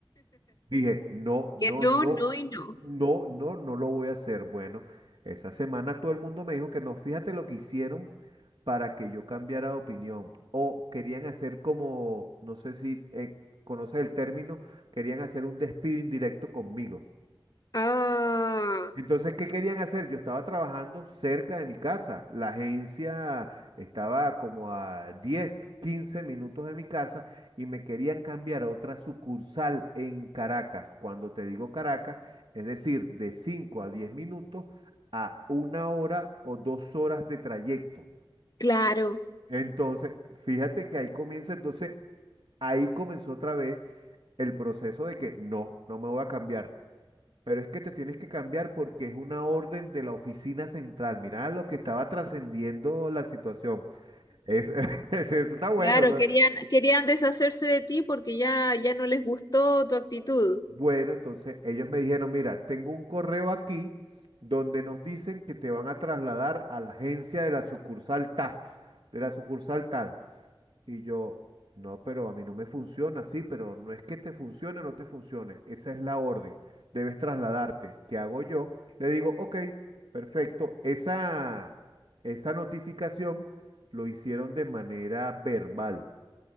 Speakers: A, on the right; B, on the left.
A: Dije, no, no,
B: Que no,
A: no,
B: no y no.
A: no, no, no lo voy a hacer. Bueno, esa semana todo el mundo me dijo que no, fíjate lo que hicieron para que yo cambiara de opinión. O querían hacer como, no sé si eh, conoces el término, querían hacer un despido indirecto conmigo.
B: Ah,
A: Entonces, ¿qué querían hacer? Yo estaba trabajando cerca de mi casa. La agencia estaba como a 10, 15 minutos de mi casa y me querían cambiar a otra sucursal en Caracas. Cuando te digo Caracas, es decir, de 5 a 10 minutos a una hora o dos horas de trayecto.
B: claro,
A: Entonces, fíjate que ahí comienza, entonces ahí comenzó otra vez el proceso de que no, no me voy a cambiar. Pero es que te tienes que cambiar porque es una orden de la oficina central. Mirá lo que estaba trascendiendo la situación. Es, <laughs> es- eso está bueno.
B: claro.
A: o sea,
B: Querían, querían deshacerse de ti porque ya, ya no les gustó tu actitud.
A: Bueno, entonces ellos me dijeron, mira, tengo un correo aquí donde nos dicen que te van a trasladar a la agencia de la sucursal tal, de la sucursal tal. Y yo, no, pero a mí no me funciona, sí, pero no es que te funcione o no te funcione, esa es la orden, debes trasladarte. ¿Qué hago yo? Le digo, ok, perfecto, esa, esa notificación lo hicieron de manera verbal.